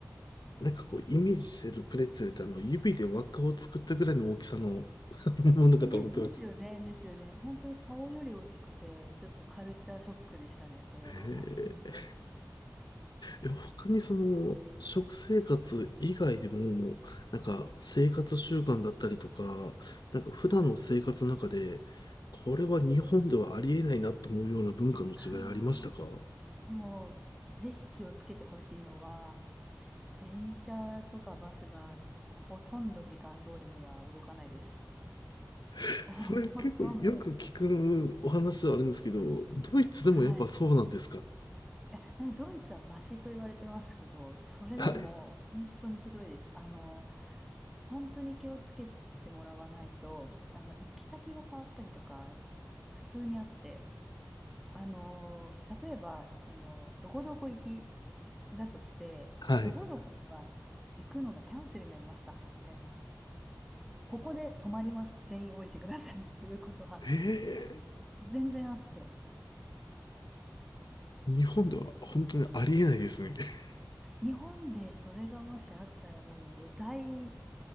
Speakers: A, on the left; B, in the centre.
A: なんかこう、イメージしてるプレッツェルってあの、指で輪っかを作ったぐらいの大きさの <laughs> ものかと思ってます。
B: で、ですよね、ですよね。本当に顔より大きくて、ちょっとカルチャーショックでしたね、それは、
A: えー
B: 本当に。
A: え、他にその、食生活以外でも、なんか生活習慣だったりとか、なんか普段の生活の中で、
B: <laughs> はい。
A: これは日本ではありえないなと思うような文化の違いありましたか
B: ああ、でも、ぜひ気をつけてほしいのは、電車とかバスがほとんど時間通りには動かないです。
A: <laughs>
B: <laughs> ほほとんど。
A: それ結構よく聞くお話ではあるんですけど、ドイツでもやっぱそうなんですか
B: <laughs> はい。いや、なんかドイツはマシと言われてますけど、それでも本当にひどいです。
A: <laughs> はい。
B: あの、本当に気をつけてもらわないと、あの、行き先が変わったりとか、普通にあって、あのー、例えば、その、どこどこ行きだとして、
A: はい。
B: どこどこは行くのがキャンセルになりました、みたいな。ここで止まります。全員降りてくださいっていうことは
A: え
B: 全然あって。
A: ー、日本では本当にありえないですね。<laughs>
B: 日本でそれがもしあったらもう大、